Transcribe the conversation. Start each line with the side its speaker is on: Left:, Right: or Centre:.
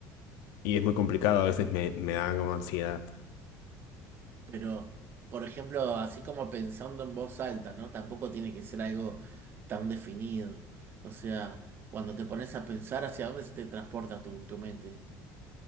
Left: Y es muy complicado, a veces me, me da como ansiedad.
Right: Pero, por ejemplo, así como pensando en voz alta, ¿no? Tampoco tiene que ser algo tan definido. O sea, cuando te pones a pensar hacia dónde se te transporta tu, tu mente.